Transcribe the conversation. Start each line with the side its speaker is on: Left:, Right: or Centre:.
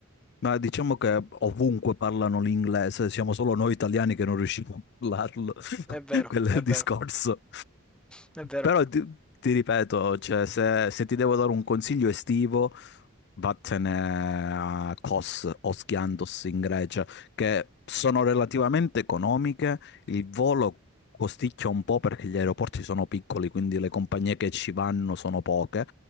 Left: ma diciamo che ovunque parlano l'inglese, siamo solo noi italiani che non riusciamo a parlarlo,
Centre: È
Left: <laughs>
Centre: vero,
Left: quello è
Centre: è
Left: il
Centre: vero.
Left: discorso.
Centre: È vero.
Left: Però ti, ti ripeto, cioè, se se ti devo dare un consiglio estivo... Vattene a Kos o Skiantos in Grecia, che sono relativamente economiche. Il volo costicchia un po' perché gli aeroporti sono piccoli, quindi le compagnie che ci vanno sono poche.